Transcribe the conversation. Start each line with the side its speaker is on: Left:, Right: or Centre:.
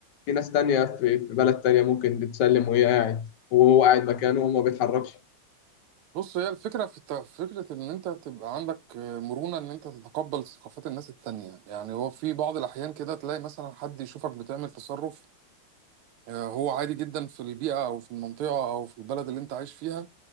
Left: في ناس تانية في في بلد تانية ممكن تسلم وهي قاعد وهو قاعد مكانه وما بيتحركش
Right: بص هي الفكره في الت- فكره ان انت تبقى عندك آه، مرونه ان انت تتقبل ثقافات الناس التانية يعني هو في بعض الاحيان كده تلاقي مثلا حد يشوفك بتعمل تصرف آه، هو عادي جدا في البيئه او في المنطقه او في البلد اللي انت عايش فيها